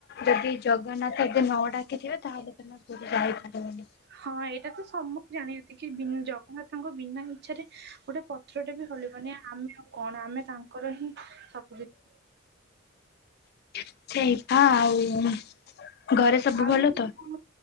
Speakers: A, on the left; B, on the right.
A: ଯଦି ଜଗନ୍ନାଥ ଯଦି ନ ଡାକିଥିବ ତାହେଲେ ତମେ ପୁରୀ ଯାଇପାରିବନି।
B: ହଁ ଏଇଟା ତ ସ ତ ମୁଁ ଜାଣନ୍ତି କି ଜଗନ୍ନାଥଙ୍କ ବିନା ଇଚ୍ଛାରେ ଗୋଟେ ପତ୍ରଟେ ବି ହଲିବନି ଆମେ ଆଉ କଣ? କଣ ଆମେ ତାଙ୍କର ହିଁ ସବୁକିଛି
A: <inaudible> ତ ଆଉ ଘରେ ସବୁ
B: ଆଉ
A: ଭଲ
B: ମୁଁ
A: ତ?